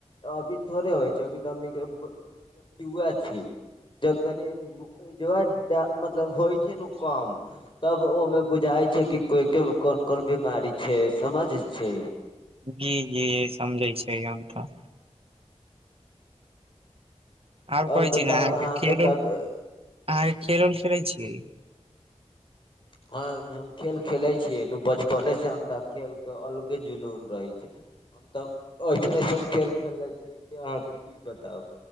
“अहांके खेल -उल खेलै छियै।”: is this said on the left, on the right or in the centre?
Right